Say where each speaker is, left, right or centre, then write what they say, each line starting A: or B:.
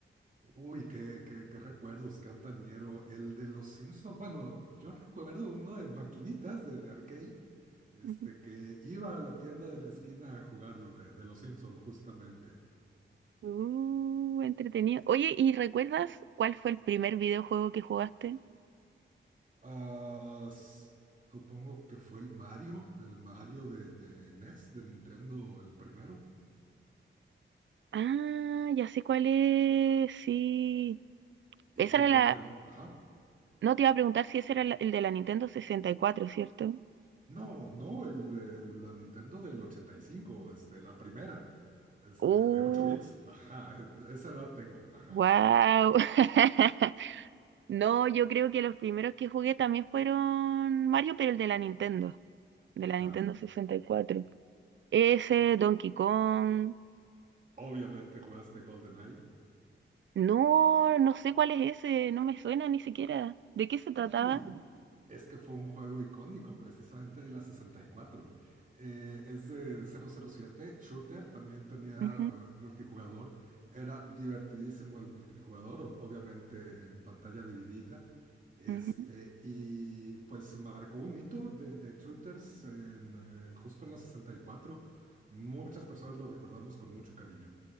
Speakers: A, on the right; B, on the right.
A: Uy, qué, qué, qué recuerdos, qué antañero. El de los Simpsons. Bueno, yo recuerdo uno de maquinitas de, de arcade, este,
B: Ujú.
A: que iba a la tienda de la esquina a jugarlo de, de los Simpsons, justamente.
B: Uh, entretenido. Oye, ¿y recuerdas cuál fue el primer videojuego que jugaste?
A: Ah, s- supongo que fue el Mario, el Mario de, de NES, de Nintendo, el primero.
B: Ah, ya sé cuál es, sí.
A: ¿Y
B: Esa
A: tú
B: era
A: cuál
B: la...
A: fue el...? Ajá.
B: No te iba a preguntar si ese era la- el de la Nintendo sesenta y cuatro, ¿cierto?
A: No, no, el, el- la Nintendo del 85, este, la primera, este,
B: Uh,
A: de 8 bits. Ajá, es- esa edad tengo. Ajá,
B: wow. <laughs> No, yo creo que los primeros que jugué también fueron Mario, pero el de la Nintendo, de
A: ajá.
B: la Nintendo sesenta y cuatro. Ese,
A: O-
B: Donkey Kong.
A: Obviamente jugaste GoldenEye.
B: No, no sé cuál es ese, no me suena ni siquiera. ¿De qué se
A: Uy,
B: trataba?
A: Es que fue un juego icónico, precisamente de la 64. Eh, es de cero cero siete shooter, también tenía
B: Ujú,
A: eh, multijugador. Era divertidísimo el multijugador, ob- obviamente en pantalla dividida. Este,
B: ujú.
A: y pues marcó un hito de, de shooters en, eh, justo en la 64. Muchas personas lo recordamos con mucho cariño.